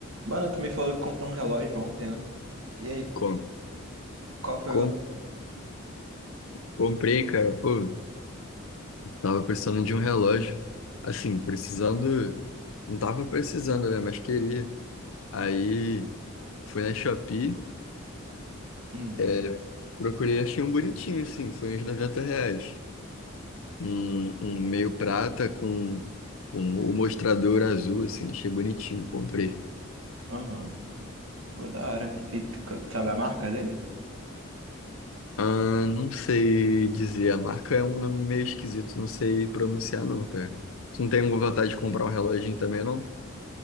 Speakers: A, on the right; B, on the left.
A: Mano, tu me falou que comprou um relógio ontem, né? E aí,
B: Com,
A: qual foi
B: com,
A: o relógio?
B: comprei, cara, pô, tava precisando de um relógio. Assim, precisando, não tava precisando, né, mas queria. Aí fui na Shopee,
A: Hum,
B: é, procurei, achei um bonitinho, assim, foi uns 90 reais. Um, um meio prata com um, o mostrador azul, assim, achei bonitinho, comprei.
A: aham, pô, da hora. E tu co- sabe a marca dele?
B: Ah, não sei dizer, a marca é um nome meio esquisito, não sei pronunciar não, cara. Tu não tem vontade de comprar um reloginho também, não?